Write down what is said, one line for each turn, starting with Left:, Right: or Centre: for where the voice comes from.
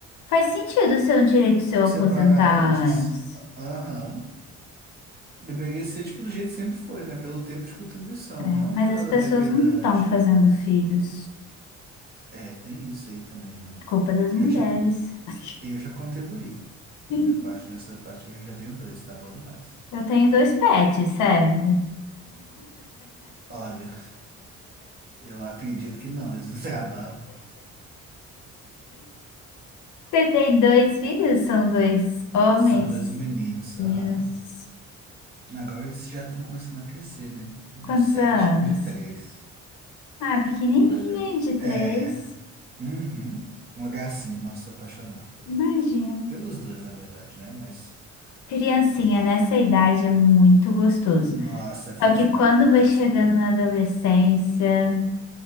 Left: faz sentido ser um direito seu aposentar
Right: Separar antes,
Left: antes.
Right: aham, deveria ser tipo do jeito que sempre foi, né? Pelo tempo de contribuição, não
Left: É, mas
Right: tem
Left: as
Right: nada
Left: pessoas
Right: a ver com idade.
Left: não estão fazendo filhos.
Right: É, tem isso aí também, né?
Left: Culpa das
Right: Eu
Left: mulheres.
Right: já,
Left: <laughs>
Right: eu já contribuí. Na
Left: Sim.
Right: minha parte, nessa parte eu já tenho dois, tá bom demais.
Left: Eu tenho dois pets, serve.
Right: Olha, eu acredito que não, eles não <laughs> trabalham.
Left: Você tem dois filhos? São dois homens,
Right: São dois meninos, aham.
Left: meninos.
Right: Agora eles já estão começando a crescer, né? Um
Left: Quantos
Right: de sete
Left: anos?
Right: e um de três.
Left: Ah, pequenininho,
Right: O mais velho.
Left: de três.
Right: É. Uhum. Uma gracinha. Nossa, sou apaixonado por ele.
Left: Imagino.
Right: Pelos dois, na verdade, né? Mas.
Left: Criancinha
Right: É.
Left: nessa idade é muito gostoso.
Right: Nossa, é fofinho
Left: Só que quando
Right: demais. Tem
Left: vai
Right: condição,
Left: chegando
Right: não.
Left: na adolescência,